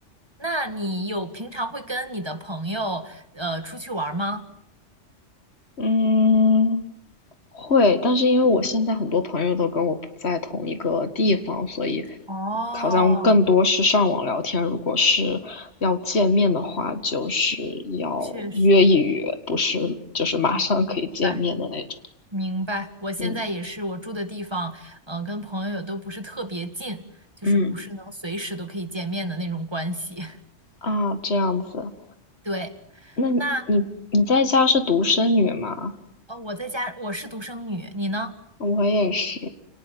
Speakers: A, on the right (about 20°); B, on the left (about 60°).
A: 那你有平常会跟你的朋友呃出去玩儿吗？
B: 嗯，会，但是因为我现在很多朋友都跟我不在同一个地方，所以
A: 哦，
B: 好像更多是上网聊天。如果是要见面的话，就是要约一约，
A: 确实。
B: 不是就是马上可以见面的那种。
A: 嗯，晚明白，我现在也是，
B: 嗯
A: 我住的地方，嗯、跟朋友都不是特别近，就是不是能随时都可以见面的那种关系。
B: 嗯
A: <laughs>
B: 啊，这样子。
A: 对，
B: 那你你你在家是独生女吗？
A: 那呃，我在家，我是独生女，你呢？
B: 我也是。